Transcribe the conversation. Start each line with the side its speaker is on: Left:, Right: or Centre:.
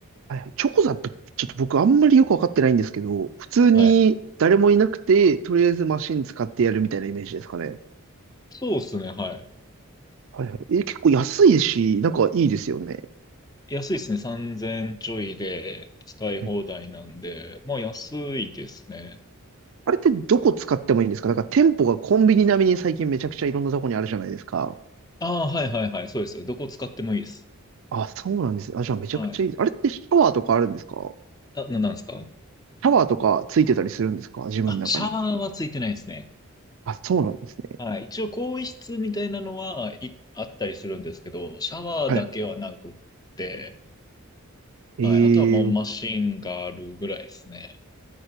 Right: はいはい、チョコザップってちょっと僕あんまりよくわかってないんですけど、普通に誰もいなくて、
Left: はい。
Right: とりあえずマシン使ってやるみたいなイメージですかね。
Left: そうですね、はい。
Right: はいはい。え、結構安いし、なんかいいですよね。
Left: 安いですね。3000ちょいで使い放題なんで、
Right: はい
Left: まあ安いですね。
Right: あれってどこ使ってもいいんですかなんか店舗がコンビニ並みに最近めちゃくちゃいろんなとこにあるじゃないですか。
Left: ああ、はいはいはい、そうです。どこ使ってもいいです。
Right: あ、そうなんですね。あ、じゃあめちゃくちゃいい。
Left: はい。
Right: あれってシャワーとかあるんですか
Left: あ、な、なんですか
Right: シャワーとかついてたりするんですか自分の中に。
Left: あ、シャワーはついてないですね。
Right: あ、そうなんですね。
Left: はい。一応、更衣室みたいなのは、い、あったりするんですけど、シャワーだけはなくって、
Right: はい。ええ
Left: はい。あとはもうマシンがあるぐらいですね。